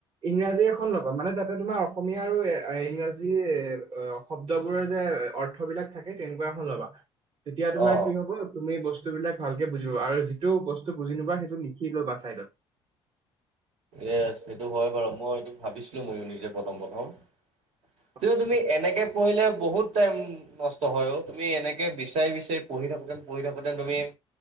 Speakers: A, on the right; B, on the right.
A: ইংৰাজী এখন লবা মানে তাতে তোমাৰ এখন অসমীয়া আৰু এ ইংৰাজী- শব্দবোৰৰ যে অৰ্থবিলাক থাকে তেনেকুৱা এখন ল'বা। তেতিয়া তোমাৰ
B: অ
A: কি হ'ব? তুমি বস্তু- বস্তুবিলাক ভালকে বুজি ল'বা আৰু যিটো বস্তু বুজি নোপোৱা সেইটো লিখি লবা চাইডত।
B: এ সেইটো হয় বাৰু। মই এইটো ভাবিছিলো মইয়ো নিজে প্ৰথম প্ৰথম।
A: উম।
B: কিন্তু তুমি এনেকে পঢ়িলে বহুত টাইম- নষ্ট হয় অঁ। তুমি এনেকে বিচাৰি বিচাৰি পঢ়ি থাকোতে, পঢ়ি থাকোঁতে তুমি-